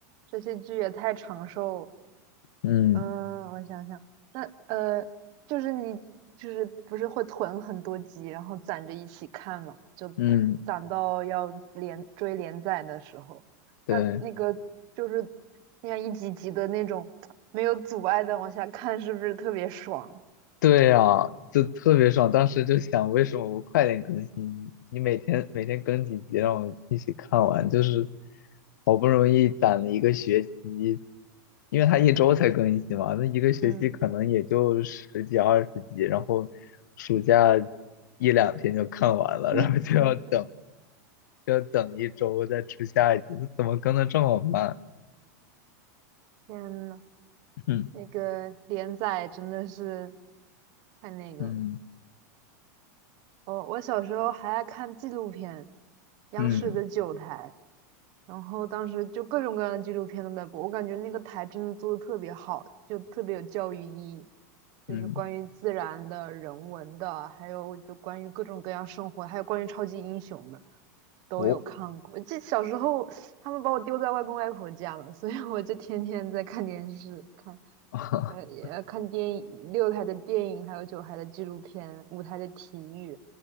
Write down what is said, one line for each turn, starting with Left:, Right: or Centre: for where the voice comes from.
Right: 这些剧也太长寿了。
Left: 嗯
Right: 嗯，我想想，那呃，就是你就是不是会囤很多集，然后攒着一起看嘛，就攒到要连追连载的时候，
Left: 嗯，对，
Right: 那那个就是那样一集集的那种没有阻碍的往下看，是不是特别爽？
Left: 对呀，就特别爽。当时就想，为什么不快点更新？你每天每天更几集，让我一起看完，就是好不容易攒了一个学期，因为他一周才更新嘛，那一个学期可能也就十几二十集，
Right: 嗯，
Left: 然后暑假一两天就看完了，
Right: <laughs>
Left: 然后就要等，就要等一周再出下一集，这怎么更的这么慢？
Right: 天呐，
Left: 嗯
Right: 那个连载真的是太那个了。
Left: 嗯
Right: 哦，我小时候还爱看纪录片，央视的九台，
Left: 嗯
Right: 然后当时就各种各样的纪录片都在播，我感觉那个台真的做的特别好，就特别有教育意义，
Left: 嗯，
Right: 就是关于自然的、人文的，还有就关于各种各样生活，还有关于超级英雄的都有看过。
Left: 哦，
Right: 我这小时候他们把我丢在外公外婆家了，所以我就天天在看电视，看
Left: <laughs>
Right: 呃也看电影，六台的电影，还有九台的纪录片，五台的体育。